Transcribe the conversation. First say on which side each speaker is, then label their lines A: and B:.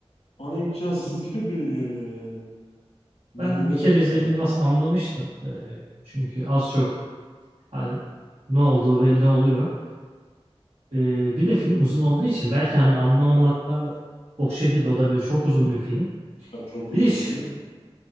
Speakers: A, on the left (about 80°); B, on the right (about 70°).
A: bana imkansız <laughs> gibi geliyor yani. Mesela
B: ben bir kere
A: e,
B: izlediğimde aslında anlamıştım. E, çünkü az çok hani ne olduğu belli oluyor. Ee, bir de film uzun olduğu için belki hani anlamamakta o şekilde olabilir. Çok uzun bir film.
A: ya çok uzun
B: Bir de ş-
A: film.